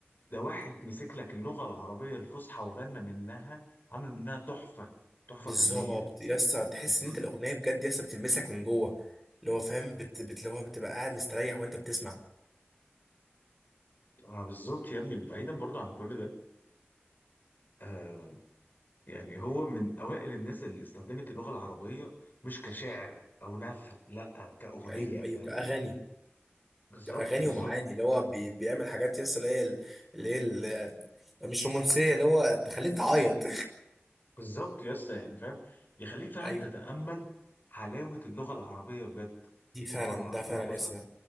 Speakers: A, on the left; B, in the centre.
A: ده واحد مسك لك اللغه العربيه الفصحى وغنى منها عامل منها تحفه تحفه
B: بالظبط
A: فنيه
B: يا اسطى تحس
A: بالظبط
B: ان انت الاغنيه بجد يا اسطى بتلمسك من جوه اللي هو فاهم بت... بت... اللي هو بتبقى قاعد مستريح وانت بتسمع
A: آه بالظبط يا ابني وبعيدا برضه عن كل ده آه يعني هو من أوائل الناس اللي استخدمت اللغة العربية مش كشعر أو نثر لأ كأغنية
B: ايوه
A: فاهم
B: ايوه اغاني
A: بالظبط
B: اغاني
A: بالظبط
B: ومعاني اللي هو بي... بيعمل حاجات يا اسطى اللي هي ال- اللي هي ال- مش رومانسيه اللي هو تخليك تعيط
A: بالظبط يا اسطى يعني فاهم يخليك فعلا
B: <laughs> ايوه
A: تتأمل حلاوة اللغة العربية بجد
B: دي فعلا
A: اللغة العربية
B: ده فعلا
A: الفصحى
B: يا اسطى